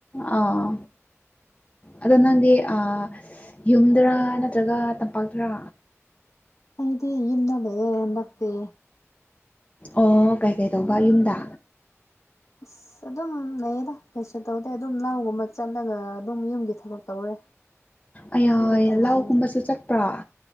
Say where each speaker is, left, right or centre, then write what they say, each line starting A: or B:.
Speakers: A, on the left; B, on the left.
A: ꯑꯥ ꯑꯗꯣ ꯅꯪꯗꯤ ꯑꯥ ꯌꯨꯝꯗꯔꯥ ꯅꯠꯇ꯭ꯔꯒ ꯇꯝꯄꯥꯛꯇꯔꯥ
B: ꯑꯗꯤ ꯌꯨꯝꯗ ꯂꯩꯌꯦ ꯅꯠꯇꯦ
A: ꯑꯣ ꯀꯩ ꯀꯩ ꯇꯧꯕ ꯌꯨꯝꯗ
B: ꯑꯁ ꯑꯗꯨꯝ ꯂꯩꯌꯦꯗ ꯀꯩꯁꯨ ꯇꯧꯗꯦ ꯑꯗꯨꯝ ꯂꯧꯒꯨꯝꯕ ꯆꯠꯂꯒ ꯑꯗꯨꯝ ꯌꯨꯝꯒꯤ ꯊꯕꯛ ꯇꯧꯔꯦ
A: ꯑꯌꯥ
B: ꯁꯤ ꯈꯛꯇ ꯉꯥꯏꯔꯦ
A: ꯂꯥꯎꯒꯨꯝꯕꯁꯨ ꯆꯠꯄ꯭ꯔꯥ